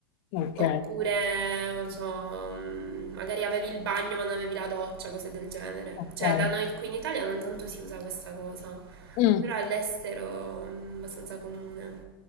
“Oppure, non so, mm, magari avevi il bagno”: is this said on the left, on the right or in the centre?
Right